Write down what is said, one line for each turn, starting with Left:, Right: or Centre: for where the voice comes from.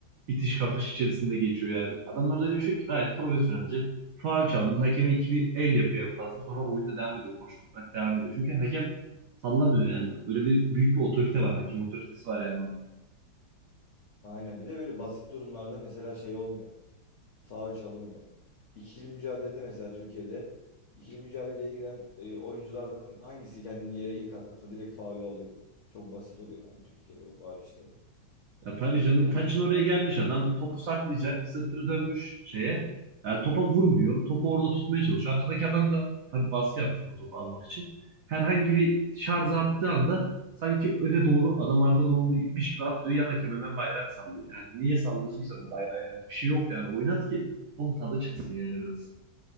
Right: itiş kakış içerisinde geçiyor yani. Adamlarda öyle bir şey yok ki gayet profesyonelce. Faul çaldın. Hakeme iki bir el yapıyor en fazla. Sonra oyunda devam ediyor. Koşmak devam ediyor. Çünkü hakem sallamıyor yani. Böyle bir büyük bir otorite var. Hakem otoritesi var yani orada.
Left: Aynen. Bir de böyle basit durumlarda mesela şey olmuyor. Faul çalınmıyor. İkili mücadelede mesela Türkiye'de ikili mücadeleye giren e, oyunculardan hangisi kendini yere ilk atarsa direkt faulü alıyor. Çok basit oluyor yani Türkiye'de bu faul işleri.
Right: Ya tabii canım
Left: Dediğim
Right: taçın
Left: gibi.
Right: oraya gelmiş adam. Topu saklayacak. Sırtını dönmüş şeye. Yani topa vurmuyor. Topu orada tutmaya çalışıyor. Arkadaki adam da tabii baskı yapacak o topu almak için. Herhangi bir şarj attığı anda sanki öne doğru adam arkadan onu itmiş gibi atlıyor. Yan hakem hemen bayrak sallıyor. Yani niye sallıyorsun ki sen bayrağı yani? Bir şey yok yani. Oynat ki. Onun tadı çıksın yani biraz.